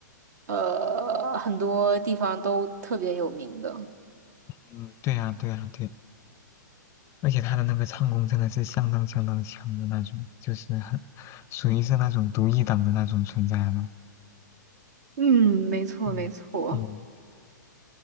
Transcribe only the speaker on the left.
嗯，对呀，对呀，对，而且他的那个唱功真的是相当相当强的那种，就是很属于是那种独一档的那种存在了。
嗯，嗯，